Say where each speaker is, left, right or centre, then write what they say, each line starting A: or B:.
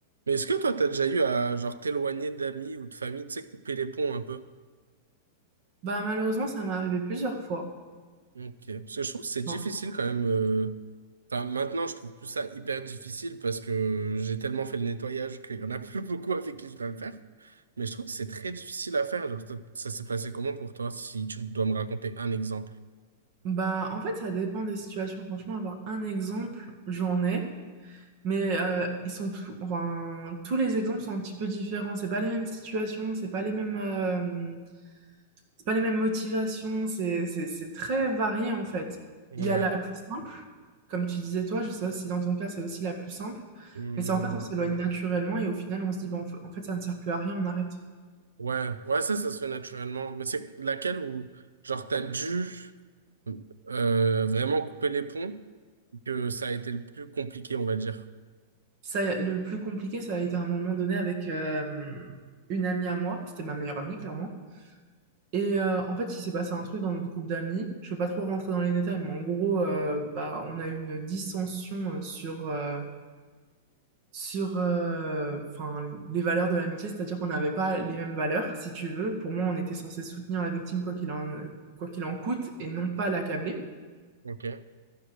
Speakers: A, on the right; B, on the right.
A: Mais est-ce que toi, t'as déjà eu à genre t'éloigner d'amis ou de famille, tu sais, couper les ponts un peu?
B: Bah malheureusement, ça m'est arrivé plusieurs fois.
A: Ok. Parce que je trouve que c'est
B: Enfin,
A: difficile quand même. euh, Enfin, maintenant, je trouve plus ça hyper difficile parce que j'ai tellement fait le nettoyage qu'il y en a <laughs> plus beaucoup avec qui je dois le faire. Mais je trouve que c'est très difficile à faire. Genre, ça ça s'est passé comment pour toi, si tu dois me raconter un exemple?
B: bah en fait, ça dépend des situations. Franchement, avoir un exemple, j'en ai, mais euh, ils sont tous, enfin tous les exemples sont un petit peu différents. C'est pas les mêmes situations, c'est pas les mêmes, euh, c'est pas les mêmes motivations. C'est c'est c'est très varié en fait.
A: Ouais.
B: Il y a la plus simple, comme tu disais toi. Je sais pas si dans ton cas c'est aussi la plus simple,
A: Hum,
B: mais c'est en fait on s'éloigne naturellement et au final on se dit bon en fait ça ne sert plus à rien, on arrête.
A: Ouais, ouais, ça, ça se fait naturellement. Mais c'est laquelle où, genre, t'as dû Donc, Euh, vraiment couper les ponts, que ça a été le plus compliqué, on va dire.
B: Ça, le plus compliqué, ça a été à un moment donné avec euh, une amie à moi. C'était ma meilleure amie, clairement. Et euh, en fait, il s'est passé un truc dans notre groupe d'amis. Je ne vais pas trop rentrer dans les détails, mais en gros, euh, bah, on a eu une dissension euh, sur, euh, sur euh, enfin, les valeurs de l'amitié, c'est-à-dire qu'on n'avait pas les mêmes valeurs, si tu veux. Pour moi, on était censé soutenir la victime quoi qu'il en, quoi qu'il en coûte et non pas l'accabler.
A: Ok.